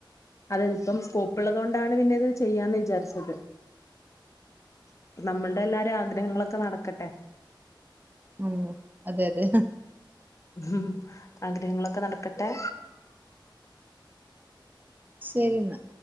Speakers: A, on the left; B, on the right.
A: അതന്നെ ഇപ്പം സ്കോപ്പ്ള്ളതോണ്ടാണ് പിന്നെ ഇത് ചെയ്യാന്ന് വിചാരിച്ചത് അപ്പം നമ്മൾടെ എല്ലാരെ ആഗ്രഹങ്ങളൊക്കെ നടക്കട്ടെ
B: ഉം അതെ അതെ
A: ഉം ആഗ്രഹങ്ങളൊക്കെ നടക്കട്ടെ
B: ശരിന്നാ